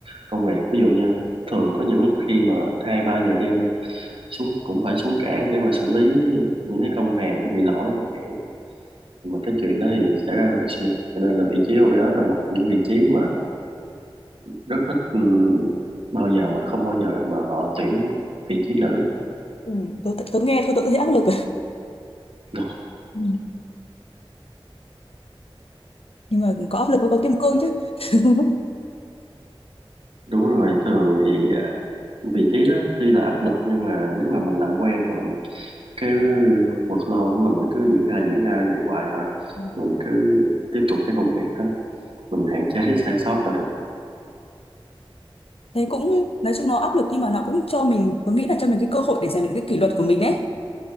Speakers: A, on the right (about 65°); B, on the left (about 80°).
A: công việc. Ví dụ như thường có những lúc khi mà 2 ba giờ đêm xuống cũng phải xuống cảng để mà xử lý những cái công hàng nó bị lỗi chẳng hạn. Mà cái chuyện đó thì xảy ra thường xuyên. Cho nên là vị trí OBS là một những vị trí mà rất ít ừm, bao giờ mà không bao giờ mà họ tuyển vị trí nữ.
B: Ừ, tôi, tôi nghe thôi tôi cũng thấy áp lực.
A: Đúng
B: Ừ. nhưng mà có áp lực mới có kim cương chứ <laughs>
A: đúng rồi, thường thì vị trí đó tuy là áp lực nhưng mà nếu mà mình làm quen rồi cái workload của mình nó cứ diễn ra diễn ra vậy hoài thôi
B: Ừ.
A: mình cứ tiếp tục cái công việc đó mình hạn chế <laughs> sai sót là được
B: thế cũng nói chung nó áp lực nhưng mà nó cũng cho mình tôi nghĩ là cho mình cái cơ hội để rèn luyện cái kỷ luật của mình đấy